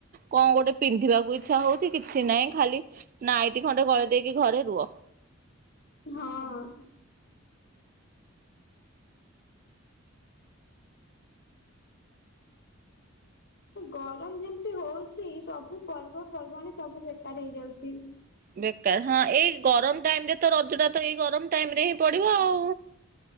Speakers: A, on the right (about 40°); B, on the left (about 55°).
A: କଣ ଗୋଟେ ପିନ୍ଧିବାକୁ ଇଚ୍ଛା ହଉଛି କିଛି ନହିଁ ଖାଲି ନାଇଟ ଖଣ୍ଡେ ଗଳିଇ ଦେଇକି ଘରେ ରୁହ।
B: ହଁ ଗରମ ଯେମିତି ହଉଛି ସବୁ ପର୍ବ ପର୍ବାଣୀ ସବୁ ବେକାର ହେଇଯାଉଛି।
A: ବେକାର ହଁ ଏଇ ଗରମ ଟାଇମ ରେ ତ ରଜ ଟା ତ ଏଇ ଗରମ ଟାଇମରେ ହିଁ ପଡିବ ଆଉ